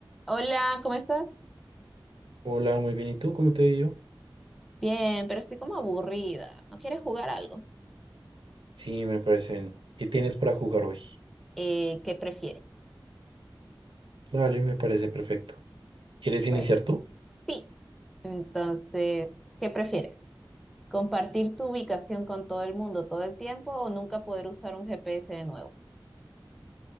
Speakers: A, in the centre; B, on the right (about 80°).
A: Hola, ¿cómo estás?
B: Hola, muy bien. ¿Y tú? ¿Cómo te ha
A: Bien, pero estoy como aburrida. ¿No quieres jugar algo?
B: Sí, me parecen. ¿Qué tienes para jugar hoy?
A: Eh, ¿qué prefieres?
B: Dale, me parece perfecto. ¿Quieres
A: Bueno,
B: iniciar tú?
A: sí. Entonces, ¿qué prefieres? ¿Compartir tu ubicación con todo el mundo todo el tiempo o nunca poder usar un GPS de nuevo?